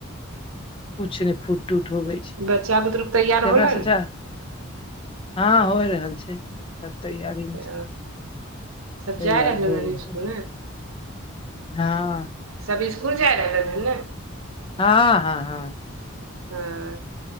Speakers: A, on the left (about 25°); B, on the right (about 75°).
A: कुछु नै फूटटूट होबै छै
B: बच्चा बुतरुक तैयार
A: देखरा
B: होलन
A: सचा हँ होय रहल छै त तैयारी
B: ओ सब
A: तैयार
B: जा रहलन
A: हो
B: हन
A: रह
B: इसकुल ने
A: हँ
B: सब इसकुल जाय रहलन हन ने
A: हँ हँ हं
B: हँ